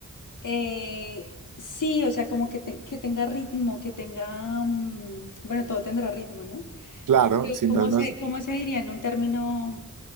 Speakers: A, on the left; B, on the right.
A: Eh, sí, o sea, como que, te- que tenga ritmo, que tenga... mm, bueno, todo tendrá ritmo, ¿no?
B: Claro,
A: Pero
B: si
A: ¿Cómo
B: no, no
A: se,
B: es-
A: cómo se diría en un término